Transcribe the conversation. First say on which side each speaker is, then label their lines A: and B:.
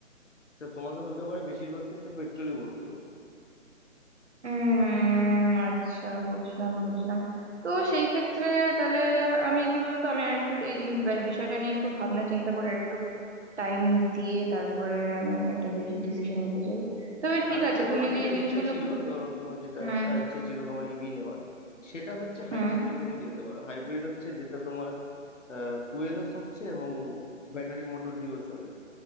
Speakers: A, on the left; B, on the right.
A: তো তোমাকে হতে পারে বেশিরভাগ ক্ষেত্রে পেট্রোলই ভরতে হবে
B: উম আচ্ছা বুঝলাম বুঝলাম তো সেই ক্ষেত্রে তাহলে আমি কি বলতো আমি আর একটু এই জিন- বা- বিষয়টা নিয়ে একটু ভাবনা চিন্তা করে আর একটু টাইম দিয়ে তারপরে আমি একটা ডিসিশন নিতে চাই তবে ঠিক
A: আরেকটা
B: আছে
A: তোমার
B: তুমি যে
A: যেটা
B: এই জিনিসগুলো
A: ইচ্ছা ছিল ধরো তোমার যেটা
B: হুম
A: একটা ইচ্ছা ছিল তোমার ইভি নেওয়ার সেটা হচ্ছে হাইব্রিডে
B: হুম
A: তুমি যেতে পারো হাইব্রিড হচ্ছে যেটা তোমার ফুয়েলও থাকছে এবং ব্যাটারি মোটর দিয়েও চলে